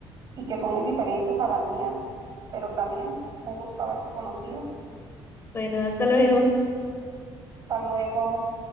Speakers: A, on the right; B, on the left.
A: y que son muy diferentes a las mías, pero también fue un gusto haberte conocido.
B: Bueno, hasta luego.
A: Hasta luego.